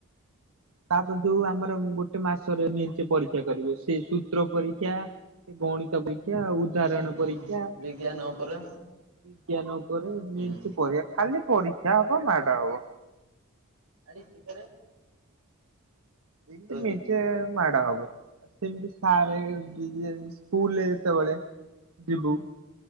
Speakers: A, on the right; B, on the right.
A: ତାପରେ ଯୋଉ ଆମର ଗୋଟେ ମାସରେ ମେଞ୍ଚେ ପରୀକ୍ଷା କରିବେ ସେଇ ସୂତ୍ର ପରୀକ୍ଷା ସେଇ ଗଣିତ ପରୀକ୍ଷା ଆଉ ଉଦାହରଣ
B: ହୁଁ ହୁଁ
A: ପରୀକ୍ଷା।
B: ବିଜ୍ଞାନ ଉପରେ
A: ବିଜ୍ଞାନ ଉପରେ
B: ହୁଁ
A: ମିଞ୍ଚେ ଏ ପଢିବା ଖାଲି ପରୀକ୍ଷା ହବ ମାଡ ହବ।
B: ଆଜି ଶୀତରେ
A: ଏମିତି ମିଞ୍ଚେ
B: ଦେଇଛି
A: ମାଡ ହବ ସେମତି ସାରେ <unintelligible> ସ୍କୁଲରେ ଯେତେବେଳେ ଯିବୁ